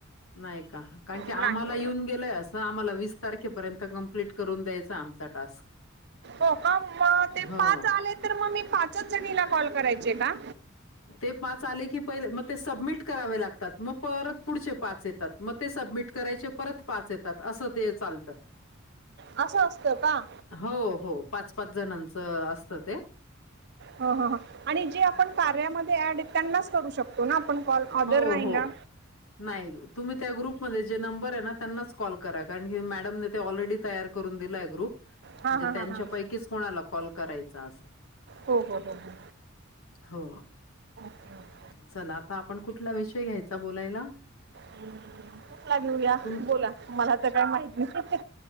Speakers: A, on the left; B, on the right.
A: नाही का कारण की आम्हाला
B: नाही
A: येऊन गेलंय असं आम्हाला वीस तारखेपर्यंत कंप्लीट करून द्यायच आमचा टास्क. <inaudible>
B: हो का मग ते
A: हो.
B: पाच आले तर मग मी पाचच जणीला कॉल करायचे का?
A: ते पाच आले की पहिले मग ते सबमिट करावे लागतात मग परत पुढचे पाच येतात मग ते सबमिट करायचे परत पाच येतात अस ते चालत.
B: असं असतं का?
A: हो हो पाच पाच जणांचं असत ते
B: ह ह आणि जे आपण कार्यामध्ये ऍड आहे त्यांनाच करू शकतो ना आपण कॉल ऑदर
A: हो,
B: नाही
A: हो.
B: ना.
A: नाही तुम्ही त्या ग्रुपमध्ये जे नंबर आहे ना त्यांनाच कॉल करा कारण की मॅडमने ते ऑलरेडी तयार करून दिलाय ग्रुप
B: हां
A: म्हणजे
B: हां
A: त्यांच्यापैकीच
B: हां हां
A: कोणाला कॉल करायचा असं.
B: हो हो हो हो.
A: हो.
B: ह.
A: चला आता आपण कुठला विषय घ्यायचा बोलायला
B: हम् कुठला घेऊया
A: तुम
B: बोला मला तर काही माहती नाही.